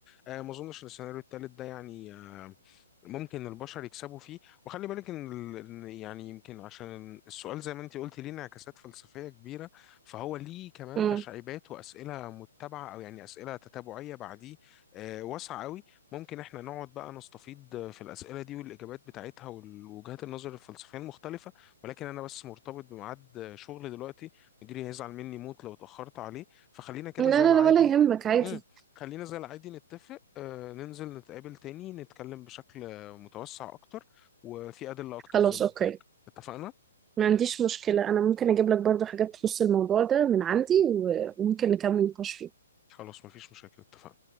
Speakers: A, on the left (about 25°); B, on the right (about 15°).
A: آه، ما اظنش ان السيناريو التالت ده يعني آه، ممكن البشر يكسبوا فيه وخلي بالك ان ال- إن يعني يمكن عشان السؤال زي ما انت قلتي ليه انعكاسات فلسفية كبيرة فهو ليه كمان
B: مم.
A: تشعيبات وأسئلة متبعة او يعني أسئلة تتابعية بعديه آه، واسعة قوي ممكن احنا نقعد بقى نستفيد في الأسئلة دي والإجابات بتاعتها والوجهات النظر الفلسفية المختلفة ولكن انا بس مرتبط بميعاد شغل دلوقتي مديري هيزعل مني موت لو اتأخرت عليه فخلينا كده
B: لا لا
A: زي العادي
B: لا ولا يهمك عادي
A: مم. خلينا زي العادي نتفق آه، ننزل نتقابل تاني نتكلم بشكل آه، متوسع أكتر وفي أدلة أكتر
B: خلاص
A: زي ما
B: أوكي
A: قلت لك اتفقنا؟
B: ما عنديش مشكلة أنا ممكن أجيب لك برضو حاجات تخص الموضوع ده من عندي و- وممكن نكمل نقاش فيه
A: خلاص مفيش مشاكل اتفقنا